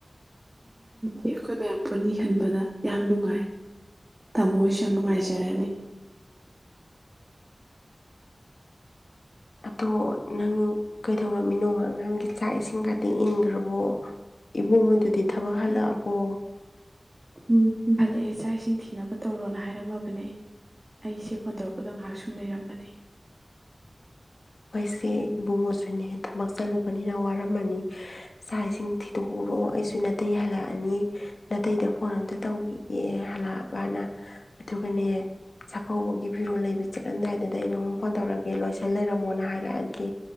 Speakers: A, on the right (about 25°); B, on the left (about 75°).
A: ꯑꯩꯈꯣꯏ ꯃꯌꯥꯝ ꯄꯨꯟꯅꯤ ꯈꯟꯕꯗ ꯌꯥꯝ ꯅꯨꯡꯉꯥꯏ ꯇꯥꯃꯣ ꯍꯣꯏꯁꯨ ꯌꯥꯝ ꯅꯨꯡꯉꯥꯏꯖꯔꯅꯤ
B: ꯑꯗꯣ ꯅꯪ ꯀꯩꯗꯧꯔꯝꯃꯤꯅꯣ ꯑꯉꯥꯡꯒꯤ ꯆꯥꯛ ꯏꯁꯤꯡ ꯈꯛꯇꯤ ꯏꯟꯈ꯭ꯔꯕꯣ ꯏꯕꯨꯡꯉꯣꯏꯗꯗꯤ ꯊꯕꯛ ꯍꯜꯂꯛꯑꯕꯣ
A: ꯎꯝ ꯍꯜꯂꯛꯑꯦ ꯆꯥꯛ ꯏꯁꯤꯡ ꯊꯤꯅꯕ ꯇꯧꯔꯣꯅ ꯍꯥꯏꯔꯝꯃꯕꯅꯦ ꯑꯩꯁꯦ ꯐꯣꯟ ꯇꯧꯔꯛꯄꯗꯣ ꯉꯥꯏꯍꯥꯛ ꯁꯨꯝ ꯂꯩꯔꯝꯕꯅꯤ
B: ꯍꯣꯏꯁꯦ ꯏꯕꯨꯡꯉꯣꯁꯨꯅꯦ ꯊꯕꯛ ꯆꯠꯂꯨꯕꯅꯤꯅ ꯋꯥꯔꯝꯃꯅꯤ ꯆꯥꯛ ꯏꯁꯤꯡ ꯊꯤꯗꯣꯛꯎꯔꯣ ꯑꯩꯁꯨ ꯅꯥꯇꯩ ꯍꯜꯂꯛꯑꯅꯤ ꯅꯥꯇꯩꯗ ꯐꯣꯟ ꯑꯝꯇ ꯇꯧꯈꯤꯒꯦ ꯍꯜꯂꯛꯑꯕꯅ ꯑꯗꯨꯒꯅꯦ ꯆꯥꯛꯀꯧꯕꯒꯤ ꯐꯤꯔꯣꯜ ꯂꯩꯕ ꯆꯠꯂꯝꯗꯥꯏꯗꯨꯗ ꯑꯩꯅ ꯑꯃꯉ ꯐꯣꯟ ꯇꯧꯔꯛꯒꯦ ꯦ ꯂꯣꯏꯁꯟ ꯂꯩꯔꯝꯃꯣꯅ ꯍꯥꯏꯔꯛꯑꯒꯦ